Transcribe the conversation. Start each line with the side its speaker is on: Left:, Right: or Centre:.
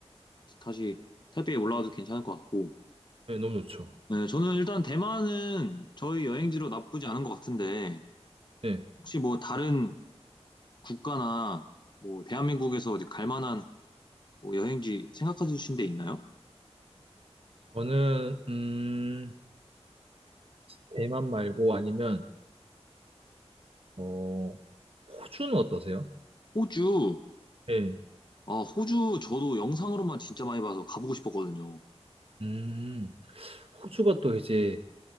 Left: 다시 타이베이 올라와도 괜찮을 것 같고
Right: 예, 너무 좋죠.
Left: 네, 저는 일단 대만은 저희 여행지로 나쁘지 않은 것 같은데,
Right: 예.
Left: 혹시 뭐 다른 국가나 뭐 대한민국에서 어디 갈 만한 뭐 여행지 생각해 주신 데 있나요?
Right: 저는 음, 대만 말고 아니면 어, 호주는 어떠세요?
Left: 호주,
Right: 예.
Left: 아, 호주 저도 영상으로만 진짜 많이 봐서 가보고 싶었거든요.
Right: 음. 호주가 또 이제